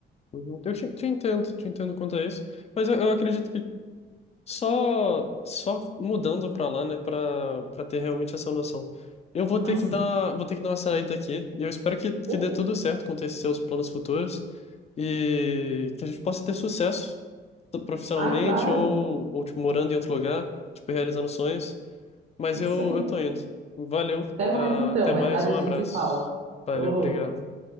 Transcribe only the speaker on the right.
Ah, sim.
Ok.
Ah, claro.
Isso
aí.
Até mais
então.
Mais
tarde
a gente
se fala.
Outro.